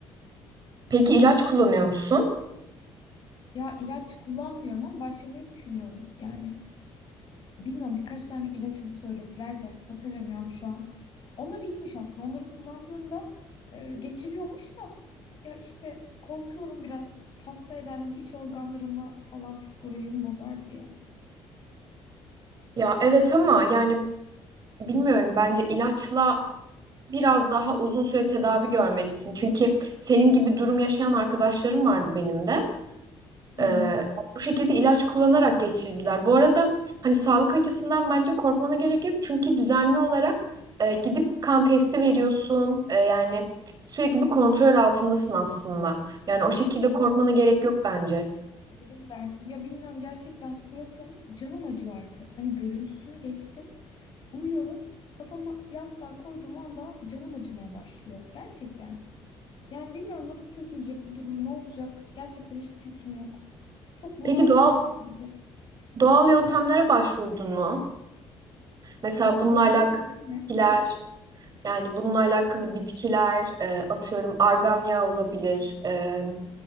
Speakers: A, on the right; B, on the left.
A: Peki ilaç kullanıyor musun?
B: Ya ilaç kullanmıyorum ama başlamayı düşünüyorum. Yani bilmiyorum birkaç tane ilaç adı söylediler de hatırlamıyorum şu an. Onlar iyiymiş aslında. Onları kullandığında e, geçiriyormuş da. Ya işte korkuyorum biraz hasta eder hani iç organlarımı falan psikolojimi bozar diye.
A: Ya evet ama yani bilmiyorum bence ilaçla biraz daha uzun süre tedavi görmelisin. Çünkü senin gibi durum yaşayan arkadaşlarım vardı benim de.
B: Hı
A: Ee,
B: hı.
A: bu şekilde ilaç kullanarak geçirdiler. Bu arada hani sağlık açısından bence korkmana gerek yok. Çünkü düzenli olarak e, gidip kan testi veriyorsun. E, yani sürekli bir kontrol altındasın aslında. Yani o şekilde korkmana gerek yok bence.
B: Öyle mi dersin? Ya bilmiyorum gerçekten suratım canım acıyor artık. Hani görüntüsünü geçtim. Uyuyorum. Kafamı yastığa koyduğum anda canım acımaya başlıyor. Gerçekten. Yani bilmiyorum nasıl çözülecek bu durum, ne olacak? Gerçekten hiçbir fikrim yok. Çok bunaldım
A: Peki doğal
B: nasıl edeceğim.
A: doğal yöntemlere başvurdun mu? Mesela bununla
B: Bunaldan
A: alakalı
B: kastım
A: bitkiler,
B: ne?
A: yani bununla alakalı bitkiler, e, atıyorum argan yağı olabilir. E,